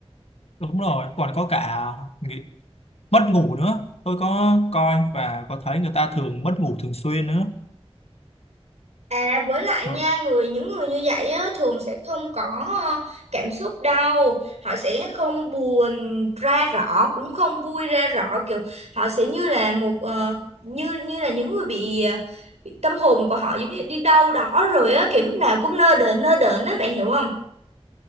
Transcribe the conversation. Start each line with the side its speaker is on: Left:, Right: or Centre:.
Left: đúng rồi còn có cả nghĩ- mất ngủ nữa tôi có coi và có thấy người ta thường mất ngủ thường xuyên nữa
Right: À, với lại
Left: Ừ,
Right: nha người những người như vậy á, thường sẽ không có ờ, cảm xúc đâu họ sẽ không buồn ra rõ cũng không vui ra rõ kiểu họ sẽ như là một ờ, như như là những người bị, ờ, bị tâm hồn của họ giống như đi đâu đó rồi á kiểu lúc nào cũng nơ đờn nơ đờn á bạn hiểu không